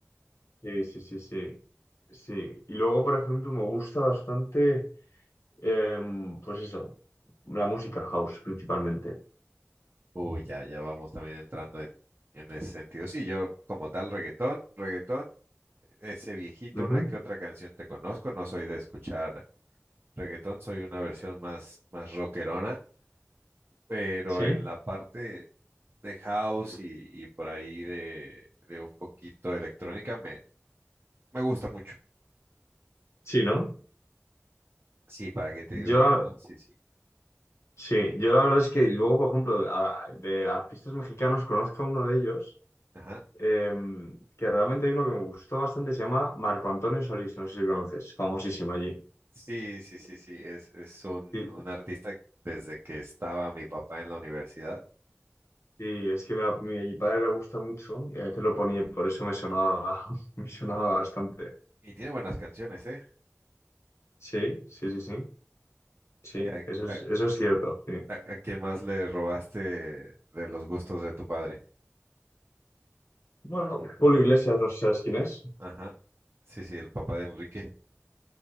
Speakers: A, on the left (about 65°); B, on the right (about 45°).
A: sí, sí, sí, sí, sí. Y luego, por ejemplo, me gusta bastante, em, pues eso, la música house principalmente.
B: Uy, ya, ya vamos también entrando en, en ese sentido. Sí, yo como tal reggaetón, reggaetón, ese viejito,
A: Ujú,
B: una que otra canción te conozco, no soy de escuchar reggaetón, soy una versión más, más rockerona. pero
A: Sí.
B: en la parte de house y, y por ahí de, de un poquito de electrónica me, me gusta mucho.
A: Sí, ¿no?
B: Sí, ¿para qué te
A: Yo
B: digo que
A: la,
B: no? Sí, sí.
A: sí, yo la verdad es que luego, por ejemplo, a- de artistas mexicanos conozco a uno de ellos,
B: Ajá.
A: eh, que realmente hay uno que me gustó bastante, se llama Marco Antonio Solís, no sé si lo conoces, famosísimo allí.
B: Sí, sí, sí, sí. Es, es un,
A: Y,
B: un artista desde que estaba mi papá en la universidad
A: y es que me la- mi padre le gusta mucho y a veces lo ponía, y por eso me sonaba, <laughs> me sonaba bastante.
B: y tiene buenas canciones, ¿eh?
A: Sí, sí, sí, sí, sí,
B: ¿A,
A: eso es,
B: a,
A: eso es cierto, sí.
B: a- a quién más le robaste de los gustos de tu padre?
A: Bueno, Julio Iglesias, no sé si sabes quién es.
B: Ajá. Sí, sí, el papá de Enrique.